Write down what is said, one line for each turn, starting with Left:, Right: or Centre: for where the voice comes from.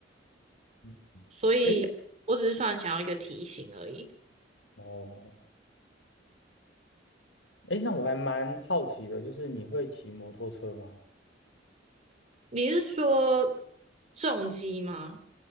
Left: 嗯
Right: 所以我只是算想要一个提醒而已。
Left: 诶，哦，诶，那我还蛮好奇的，就是你会骑摩托车吗？
Right: 你是说重击吗？